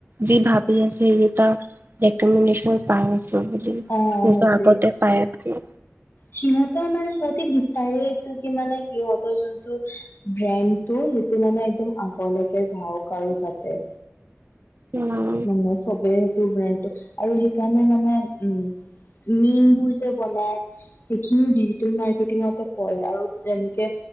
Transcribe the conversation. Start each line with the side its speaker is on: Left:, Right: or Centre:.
Right: যি ভাবি আছো সেইকেইটা ৰেকমেণ্ডেচন পায় আছো। বুলি
Left: অ
Right: নিজৰ
Left: সেইটোৱে
Right: আগতে পায় থাকো।
Left: সিহঁতৰ মানে সিহঁতে বিচাৰে এইটো কি মানে সিহঁতৰ যোনটো ব্ৰেণ্ডটো। সেইটো মানে একদম আগলৈকে যাওক আৰু যাতে।
Right: উম
Left: মানে চবেই ব্ৰেণ্ডটো ব্ৰেণ্ডটো আৰু সেইকাৰণে মানে উম মীন বোৰ যে বনাই সেইখিনিও ডিজিটেল মাৰ্কেটিঙতে পৰে আৰু যেনেকে